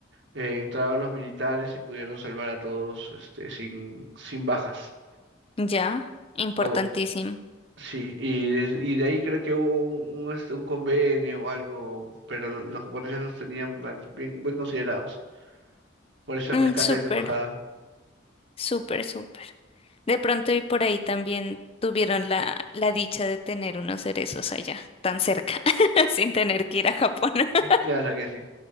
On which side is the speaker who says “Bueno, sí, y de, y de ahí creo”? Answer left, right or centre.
Right